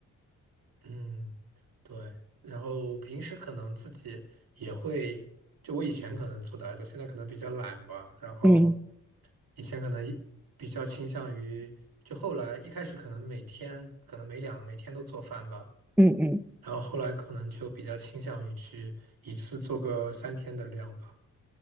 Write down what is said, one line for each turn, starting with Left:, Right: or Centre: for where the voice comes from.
Right: 嗯，对。然后平时可能自己也会，就我以前可能做的还多，现在可能比较懒吧。然后
Centre: 嗯
Right: 以前可能一比较倾向于，就后来一开始可能每天可能每两每天都做饭吧，
Centre: 嗯嗯，
Right: 然后后来可能就比较倾向于去一次做个三天的量吧，